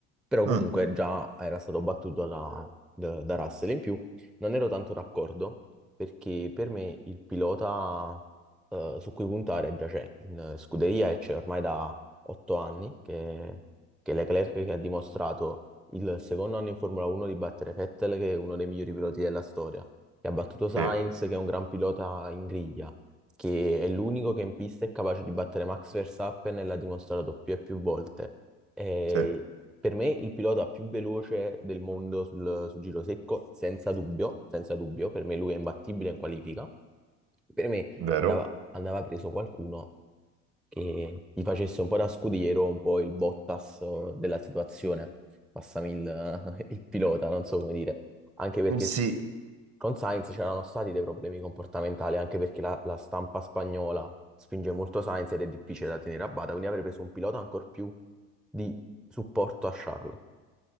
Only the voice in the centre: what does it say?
Però
comunque già era stato battuto da, da, da Russell. In più non ero tanto d'accordo perché per me il pilota eh, su cui puntare già c'è in scuderia e c'è ormai da otto anni che, che Leclerc che ha dimostrato il secondo anno in Formula 1 di battere Vettel che è uno dei migliori piloti della storia, che ha battuto Sainz
che è un gran pilota in griglia, che è l'unico che in pista è capace di battere Max Verstappen e l'ha dimostrato più e più volte. Eh,
per me il pilota più veloce del mondo sul, sul giro secco, senza dubbio, senza dubbio, per me lui è imbattibile in qualifica. Per me
andava, andava preso qualcuno che gli facesse un po' da scudiero, un po' il Bottas eh, della situazione, passami il, <laughs> il pilota, non so come dire. Anche perché
con Sainz c'erano stati dei problemi comportamentali, anche perché la, la stampa spagnola spinge molto Sainz ed è difficile da tenere a bada, quindi avrei preso un pilota ancora più di supporto a Charles.